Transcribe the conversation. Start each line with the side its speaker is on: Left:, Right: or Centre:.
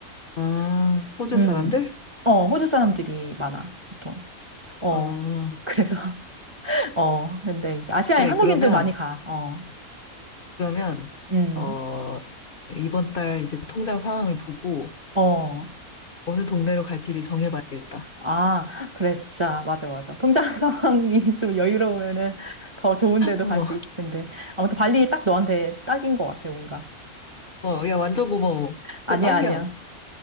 Left: 아, 호주
Right: 음.
Left: 사람들?
Right: 어, 호주 사람들이 많아, 보통. 어.
Left: 어,
Right: 그래서, <laughs> 어. 근데 이제 아시아에
Left: 그래.
Right: 한국인도
Left: 그러면,
Right: 많이 가. 어.
Left: 그러면,
Right: 음.
Left: 어, 이번 달 이제 통장 상황을 보고
Right: 어.
Left: 어느 동네로 갈지를 정해봐야겠다.
Right: 아, 그래, 진짜. 맞아, 맞아. 통장 <laughs> 상황이 좀 여유로우면은 더 좋은 데도
Left: 어,
Right: 갈 수 있을 텐데. 아무튼 발리 딱 너한테 딱인 것 같아, 뭔가.
Left: 어, 야, 완전 고마워.
Right: 아니야,
Left: 진짜 딱이야.
Right: 아니야.